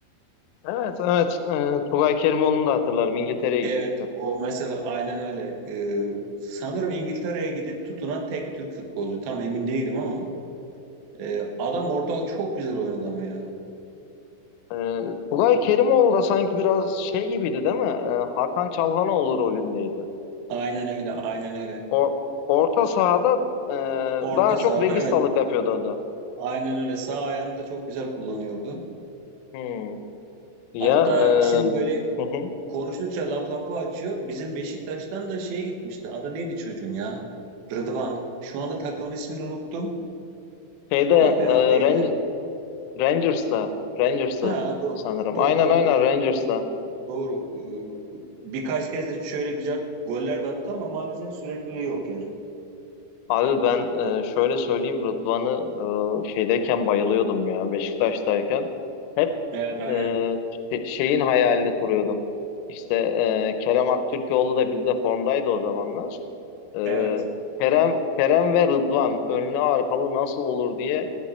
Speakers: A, on the left; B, on the right.
A: Evet, evet. Ee, Tugay Kerimoğlu'nu da hatırlarım. İngiltere'ye gitti.
B: Evet o mesela aynen öyle. Ee, sanırım İngiltere'ye gidip tutunan tek Türk futbolcu. Tam emin değilim ama e, adam orada çok güzel oynadı ama ya.
A: Ee, Tugay Kerimoğlu da sanki biraz şey gibiydi değil mi? Ee, Hakan Çalhanoğlu rolündeydi.
B: Aynen öyle aynen öyle.
A: O orta sahada e,
B: Orta
A: daha çok
B: sahada
A: registalık
B: evet.
A: yapıyordu o da.
B: Aynen öyle. Sağ ayağını da çok güzel kullanıyordu.
A: Hmm. Ya
B: Hatta
A: e,
B: şimdi böyle
A: hı hı.
B: konuştukça laf lafı açıyor. Bizim Beşiktaş'tan da şey gitmişti. Adı neydi çocuğun ya? Rıdvan. Şu anda takımın ismini unuttum.
A: Şeyde
B: O da fena
A: e,
B: değil
A: Ran-
B: yani.
A: Rangers'ta Rangers'ı
B: Ha, doğru.
A: sanırım.
B: Doğru
A: Aynen
B: doğru.
A: aynen Rangers'ta.
B: Doğru. Ee, birkaç kez de şöyle güzel goller de attı ama maalesef sürekliliği yok yani.
A: Abi ben e, şöyle söyleyeyim Rıdvan'ı e, şeydeyken bayılıyordum ya Beşiktaş'tayken. Hep
B: Evet aynen.
A: e, şe- şeyin hayalini kuruyordum. İşte e, Kerem Aktürkoğlu da bizde formdaydı o zamanlar. E,
B: Evet.
A: Kerem Kerem ve Rıdvan önlü arkalı nasıl olur diye